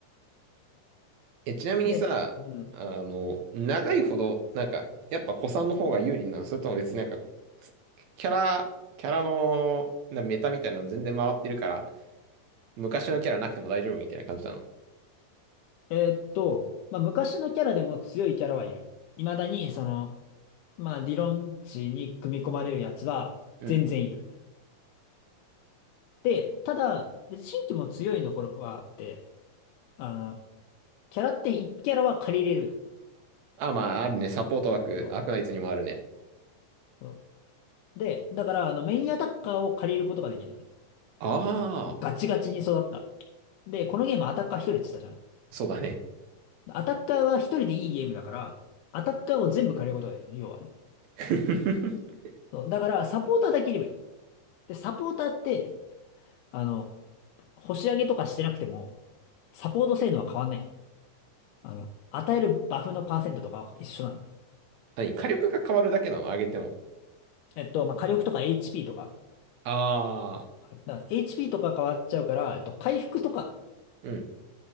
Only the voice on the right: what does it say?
え、ちなみにさ、
あの、長いほど、なんか、やっぱ古参の方が有利なのそれとも別になんか、キャラ、キャラの、なメタみたいなの全然回ってるから、昔のキャラなくても大丈夫みたいな感じなの。
うん。
あ、まあ、あるね。サポート枠、
アークナイツにもあるね。
ああ、
そうだね。
<laughs>
何火力が変わるだけなの上げても。
ああ、
うん。